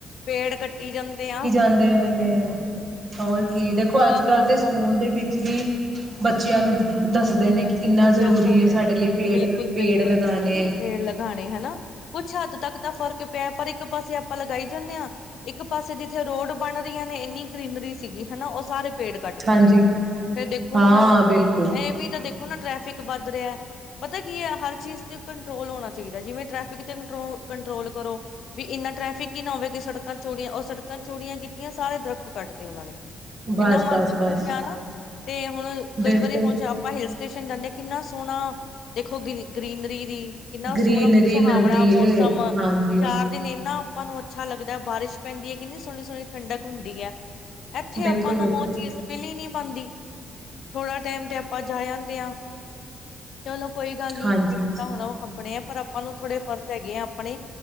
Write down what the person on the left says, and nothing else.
ਪੇੜ ਕੱਟੀ ਜਾਂਦੇ ਆਂ।
ਉਹ
ਮੌਸਮ
ਹਾਂ
ਬੱਚਿਆਂ
ਨੂੰ ਦੱਸਦੇ
ਨੇ
ਬਿਲਕੁਲ-ਬਿਲਕੁਲ
ਪੇੜ ਲਗਾਉਣੇ ਹਨਾ ਕੁੱਛ ਹੱਦ ਤੱਕ ਤਾਂ ਫ਼ਰਕ ਪਿਆ ਪਰ ਇੱਕ ਪਾਸੇ ਆਪਾਂ ਲਗਾਈ ਜਾਂਨੇ ਹਾਂ ਇੱਕ ਪਾਸੇ ਜਿੱਥੇ ਰੋਡ ਬਣ ਰਹੀਆਂ ਨੇ ਇੰਨੀ ਗ੍ਰੀਨਰੀ ਸੀਗੀ। ਹਨਾ ਉਹ ਸਾਰੇ ਪੇੜ ਕੱਟ ਤੇ
ਫੇਰ ਦੇਖੋ
ਹੁਣ
ਇਹ ਵੀ ਤਾਂ ਦੇਖੋ ਨਾ ਟ੍ਰੈਫਿਕ ਵੱਧ ਰਿਹਾ ਏ ਪਤਾ ਕੀ ਹੈ ਹਰ ਚੀਜ਼ ਤੇ ਕੰਟਰੋਲ ਹੋਣਾ ਚਾਹੀਦਾ ਏ ਜਿਵੇਂ ਟ੍ਰੈਫਿਕ ਤੇ ਕੰਟਰੋਲ ਕੰਟਰੋਲ ਕਰੋ ਵੀ ਇੰਨਾ ਟ੍ਰੈਫਿਕ ਹੀ ਨਾ ਹੋਵੇਗੀ ਸੜਕਾਂ ਚੋੜੀਆਂ ਉਹ ਸੜਕਾਂ ਚੋੜੀਆਂ ਕੀਤੀਆਂ ਸਾਰੇ ਦਰਖਤ ਕੱਟ ਤੇ ਉਹਨਾਂ ਨੇ।
ਇਨਾ ਮਨ
ਦੁਖੀ
ਹੋਇਆ ਨਾ। ਤੇ ਹੁਣ ਕਈ
ਵਾਰੀ ਹੋ ਚ ਆਪਾਂ ਹਿਲ ਸਟੇਸ਼ਨ ਜਾਂਨੇ ਕਿੰਨਾ ਸੋਹਣਾ ਦੇਖੋ ਗਰੀ ਗ੍ਰਰੀਨਰੀ ਦੀ ਕਿੰਨਾ
ਸੋਹਣਾ ਮੋਸ ਸੁਹਾਵਣਾ
ਮੌਸਮ
ਚਾਰ ਦਿਨ ਏਨਾ ਤੁਆਨੂੰ ਅੱਛਾ ਲੱਗਦੈ ਬਾਰਿਸ਼ ਪੈਂਦੀ ਐ ਕਿੰਨੀ ਸੋਨੀ-ਸੋਨੀ ਠੰਡਕ ਹੁੰਦੀ ਐ। ਐਥੇ
ਆਪਾਂ ਨੂੰ
ਔ ਚੀਜ਼ ਮਿਲੀ ਨੀ। ਬਨਦੀ। ਥੋੜ੍ਹਾ ਟਾਈਮ ਤੇ ਆਪਾਂ ਜਾ ਆਂਦੇ ਆਂ। ਚਲ ਕੋਈ ਗੱਲ ਨੀ
ਜਿਵੇਂ ਤਾਂ ਹੋਨਾਂ ਔ ਆਪਣੇ ਆ ਪਰ ਆਪਾਂ ਨੂੰ ਥੋੜੇ ਫਰਜ਼ ਹੈਗੇ ਆ ਆਪਣੇ